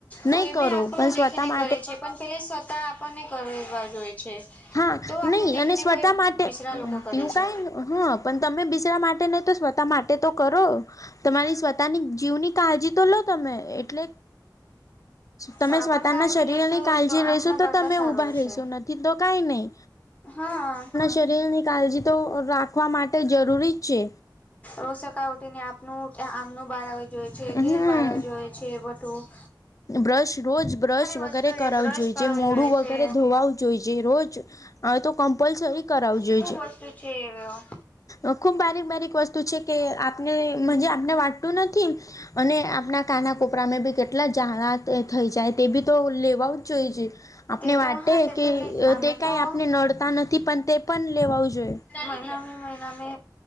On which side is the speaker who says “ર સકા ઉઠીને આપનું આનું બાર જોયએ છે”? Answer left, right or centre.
Left